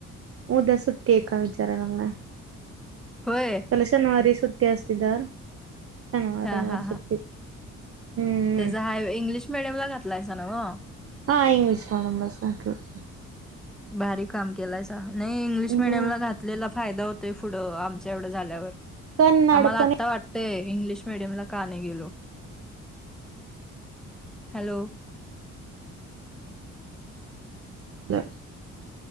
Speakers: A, on the right; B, in the centre.
A: उद्या सु्टी ए का विचाराला लागला
B: होय <unintelligible>
A: शनिवारी सुट्टी असत दर शनवार
B: हां
A: रविवार
B: हां हां
A: सुट्टी. हम्म.
B: त्याचा हा इंग्लिश मिडियम ला घातलायसा न्हव <unintelligible>
A: हां इंगलिश नंबर सारख <unintelligible>
B: भारी काम केलायचा नाही इंग्लिश
A: हम्म
B: मिडियम ला घात फायदा होतय पुढ आमच्या एवढ झाल्यावर
A: कन्नड
B: आम्हाला
A: पण
B: आता वाट ते इंग्लिश मिडियमला का नाही गेलो. हॅलो
A: द